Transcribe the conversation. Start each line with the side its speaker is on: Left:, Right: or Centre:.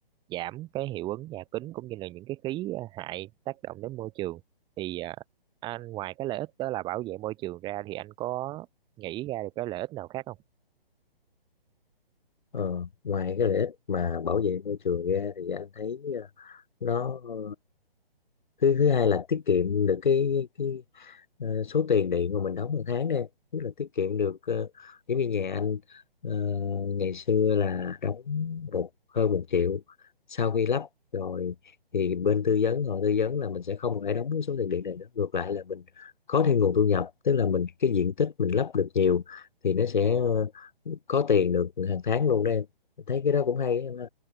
Right: giảm cái hiệu ứng nhà kính cũng như là những cái khí à, hại tác động đến môi trường thì à, anh ngoài cái lợi ích đó là bảo vệ môi trường ra thì anh có nghĩ ra được cái lợi ích nào khác không
Left: Ờ, ngoài cái lợi ích mà bảo vệ môi trường ra thì anh thấy ờ, nó ờ, thứ thứ hai là tiết kiệm được cái cái ờ, số tiền điện mà mình đóng một tháng đó em tức là tiết kiệm được ờ, giống như nhà anh ờ, ngày xưa là đóng một hơn một triệu sau khi lắp rồi thì bên tư vấn họ tư vấn là mình sẽ không phải đóng cái số tiền điện này nữa ngược lại là mình có thêm nguồn thu nhập tức là mình cái diện tích mình lắp được nhiều thì nó sẽ ờ, có tiền được hàng tháng luôn đó em thấy cái đó cũng hay á em ha